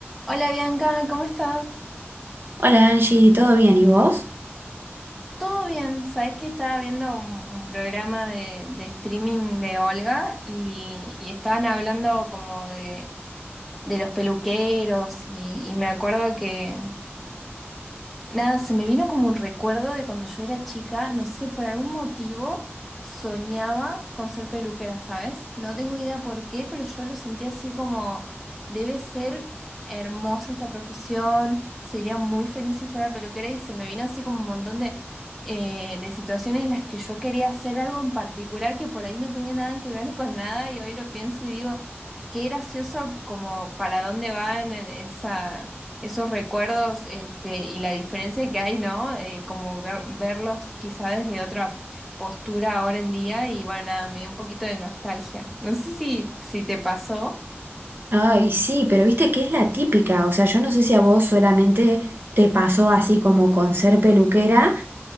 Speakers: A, in the centre; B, on the right.
A: Hola Bianca, ¿cómo estás?
B: Hola Angie, ¿todo bien? ¿Y vos?
A: Todo bien, Sabes que estaba viendo un, un programa de, de streaming de Olga y, y estaban hablando como de, de los peluqueros y, y me acuerdo que, Nada, se me vino como un recuerdo de cuando yo era chica, no sé, por algún motivo soñaba con ser peluquera, ¿sabes? No tengo idea por qué, pero yo lo sentía así como, debe ser hermosa esta profesión, sería muy feliz si fuera peluquera y se me vino así como un montón de, eh, de situaciones en las que yo quería hacer algo en particular que por ahí no tenía nada que ver con nada y hoy lo pienso y digo, qué gracioso como para dónde van esa esos recuerdos este, y la diferencia que hay, ¿no? Eh, como ver- verlos quizá desde otra postura ahora en día y bueno, nada, me dio un poquito de nostalgia. No sé si, si te pasó.
B: Ay, sí, pero viste que es la típica, o sea, yo no sé si a vos solamente te pasó así como con ser peluquera,